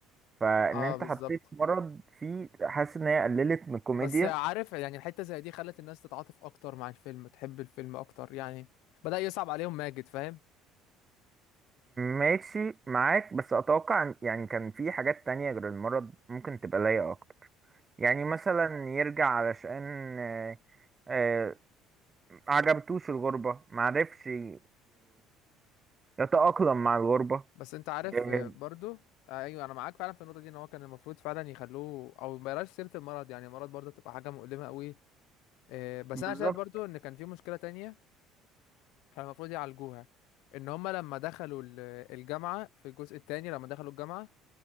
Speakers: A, on the right; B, on the left.
A: فان
B: اه
A: انت
B: بالظبط
A: حطيت مرض فيه حاسس ان هي قللت من الكوميديا
B: بس عارف يعني الحتة زي دي خلت الناس تتعاطف اكتر مع الفيلم تحب الفيلم اكتر يعني بدأ يصعب عليهم ماجد فاهم
A: ماشي معاك بس اتوقع إن- يعني كان في حاجات تانية غير المرض ممكن تبقى لايقه اكتر يعني مثلا يرجع علشان آه، آه، عجبتوش الغربه معرفش ي- يتأقلم مع الغربة
B: بس انت عارف
A: آه،
B: آه، برضو آه، ايوه انا معاك فعلا في النقطة دي ان هو كان المفروض فعلا يخلوه او ما يبقاش سيرة المرض يعني المرض برضو تبقى حاجة مؤلمة قوي آه، بس
A: بالظبط
B: انا شايف برضو ان كان في مشكلة تانية كان المفروض يعالجوها ان هما لما دخلوا ال- الجامعة في الجزء التاني لما دخلوا الجامعة